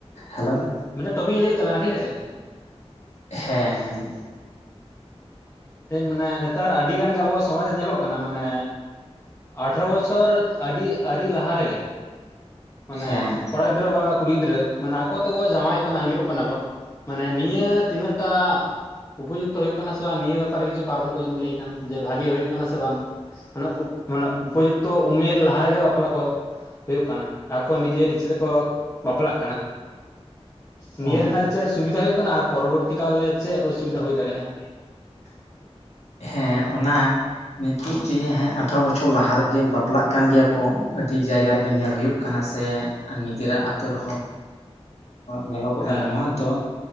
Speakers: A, on the left; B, on the left.
A: ᱦᱮᱞᱳ᱾
B: ᱢᱮᱫᱴᱟᱝ ᱴᱚᱯᱤᱠ ᱤᱧ ᱞᱟᱹᱭᱮᱫ ᱛᱟᱞᱟᱝᱟ ᱴᱷᱤᱠ ᱟᱪᱷᱮ᱾
A: ᱦᱮᱸ ᱦᱮᱸ᱾
B: ᱢᱟᱱᱮ ᱱᱮᱛᱟᱨ ᱟᱹᱰᱤᱜᱟᱱ ᱜᱮ ᱟᱵᱚᱣᱟᱜ ᱥᱚᱢᱟᱡᱽ ᱧᱮᱞᱚᱜ ᱠᱟᱱᱟ ᱢᱟᱱᱮᱼᱼ ᱟᱴᱷᱨᱚ ᱵᱚᱪᱷᱚᱨ ᱟᱹᱰᱤ ᱟᱹᱨᱤ ᱞᱟᱦᱟ ᱨᱮᱜᱮᱼᱼ ᱢᱟᱱᱮ
A: ᱦᱮᱸ
B: ᱠᱚᱲᱟ ᱜᱤᱫᱽᱨᱟᱹ ᱵᱟ ᱠᱩᱲᱤ ᱜᱤᱫᱽᱨᱟᱹ ᱢᱟᱱᱮ ᱟᱠᱚ ᱛᱮᱠᱚ ᱡᱟᱶᱟᱭᱚᱜ ᱠᱟᱱᱟ ᱟᱸᱜᱤᱨᱚᱜ ᱠᱟᱱᱟ ᱠᱚ᱾ ᱢᱟᱱᱮ ᱱᱤᱭᱟᱹ ᱛᱤᱱᱟᱹᱜ ᱴᱟᱜ? ᱩᱯᱚᱡᱩᱠᱛᱚ ᱦᱩᱭᱩᱜ ᱠᱟᱱᱟ ᱥᱮ ᱵᱟᱝ ᱱᱤᱭᱟᱹ ᱵᱮᱯᱟᱨᱮ ᱠᱤᱪᱷᱩ ᱠᱟᱨᱚᱱ ᱠᱚ ᱡᱩᱫᱤᱢ ᱞᱟᱹᱭ ᱠᱷᱟᱱ ᱡᱮ ᱵᱷᱟᱜᱮ ᱦᱩᱭᱩᱜ ᱠᱟᱱᱟ ᱥᱮ ᱵᱟᱝ? ᱢᱟᱱᱮ ᱢᱟᱱᱮ ᱩᱯᱚᱡᱩᱠᱛᱚ ᱩᱢᱮᱨ ᱞᱟᱦᱟ ᱨᱮᱜᱮ ᱵᱟᱯᱞᱟ ᱠᱚ ᱦᱳᱭᱳᱜ ᱠᱟᱱᱟ᱾ ᱟᱠᱚ ᱱᱤᱡᱮᱨ ᱤᱪᱪᱷᱟᱹ ᱛᱮᱠᱚ ᱵᱟᱯᱞᱟᱜ ᱠᱟᱱᱟ, ᱱᱤᱭᱟᱹ
A: ᱚ
B: ᱨᱮᱱᱟᱜᱼᱼ ᱪᱮᱜ ᱥᱩᱵᱤᱫᱷᱟ ᱦᱳᱭᱳᱜ ᱠᱟᱱᱟ ᱟᱨ ᱯᱚᱨᱚᱵᱚᱨᱛᱤ ᱠᱟᱞᱨᱮ ᱪᱮᱜ ᱚᱥᱩᱵᱤᱫᱷᱟ ᱦᱳᱭ ᱫᱟᱲᱮᱭᱟᱜᱼᱟ?
A: ᱦᱮᱸ, ᱚᱱᱟ ᱱᱤᱛᱩᱜ ᱡᱮ ᱦᱮᱸ ᱟᱴᱷᱨᱚ ᱵᱚᱪᱷᱚᱨ ᱞᱟᱦᱟ ᱨᱮᱜᱮᱢ ᱵᱟᱯᱞᱟᱜ ᱠᱟᱱ ᱜᱮᱭᱟ ᱠᱚ ᱟᱹᱰᱤ ᱡᱟᱭᱜᱟ ᱨᱮᱜᱮ ᱧᱮᱞ ᱦᱩᱭᱩᱜ ᱠᱟᱱᱟ ᱥᱮ ᱱᱤᱡᱮᱨᱟᱜ ᱟᱛᱳ ᱨᱮᱦᱚ ᱧᱮᱞᱚᱜᱚᱜᱼᱟ
B: ᱦᱮᱸ
A: ᱟᱨ ᱱᱚᱣᱟ ᱫᱚ